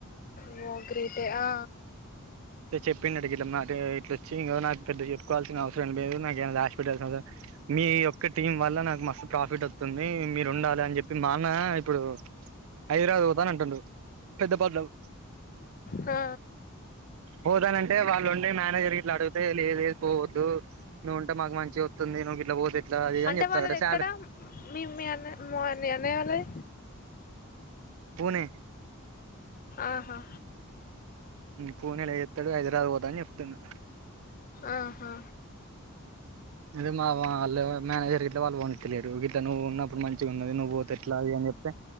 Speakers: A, on the left; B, on the right.
A: మో గ్రేటే ఆ.
B: చెప్పిడు గిట్ల మాటే గిట్లొచ్చి ఇగో నాక్ పెద్ద చెప్పుకోవాల్సిన అవసరం అనిపియ్యదు నాకేమైనా రాస్. మీ యొక్క టీం వల్ల నాకు మస్తు ప్రాఫిట్ వస్. కొని మీరు ఉండాలి అని చెప్పి మాన్న ఇప్పుడు. హైదరాబాద్ పోవుతా అంటుండు పెద్ద పద్లవ్.
A: ఆ.
B: పోదానంటే వాళ్ళు ఉండే మేనేజర్ గిట్ల అడిగితే లేదులేదు పోవద్దు. నువ్వు ఉంటే మాక్ మంచి వస్తుంది నువ్వు గిట్ల పోతే ఎట్లా అది అని
A: అంటే
B: చెప్తార్
A: వాళ్ళది
B: రట శ్యాల్.
A: ఎక్కడ మీ మీ అన్నా మా అన్నయ్య వాళ్లది.
B: పోనె.
A: ఆహా.
B: పూణేలో చెస్తడు హైదరాబాద్ పోతాడు అని చెప్తున్నా.
A: ఆహా.
B: అదే మా వాళ్ళు మేనేజర్ గిట్ల వాళ్ళు పోనిస్తలేరు గ నువ్వున్నప్పుడు మంచిగా ఉన్నది నువ్వు పోతే ఎట్లా అది అని చెప్తే.